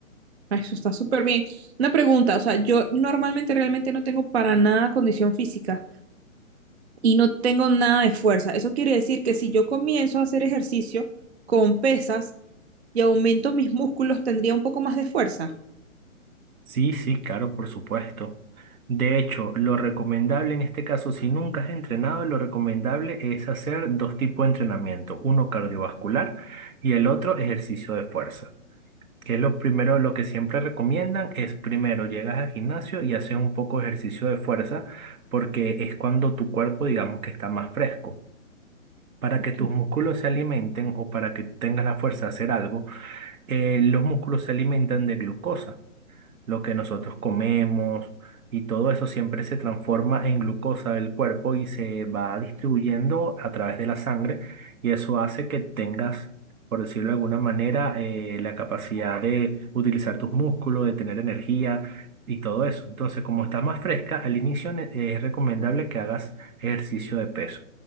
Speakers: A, on the right; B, on the right.
A: ah, eso está súper bien. Una pregunta, o sea, yo normalmente realmente no tengo para nada condición física y no tengo nada de fuerza. Eso quiere decir que si yo comienzo a hacer ejercicio con pesas y aumento mis músculos, tendría un poco más de fuerza.
B: Sí, sí, claro, por supuesto. De hecho, lo recomendable en este caso, si nunca has entrenado, lo recomendable es hacer dos tipos de entrenamiento, uno cardiovascular y el otro ejercicio de fuerza. Que es lo primero, lo que siempre recomiendan es primero llegas al gimnasio y haces un poco de ejercicio de fuerza porque es cuando tu cuerpo, digamos que está más fresco. Para
A: Ok.
B: que tus músculos se alimenten o para que tengas la fuerza de hacer algo, eh, los músculos se alimentan de glucosa lo que nosotros comemos y todo eso siempre se transforma en glucosa del cuerpo y se va distribuyendo a través de la sangre y eso hace que tengas, por decirlo de alguna manera, eh, la capacidad de utilizar tus músculos, de tener energía y todo eso. Entonces, como estás más fresca, al inicio ne- es recomendable que hagas ejercicio de peso.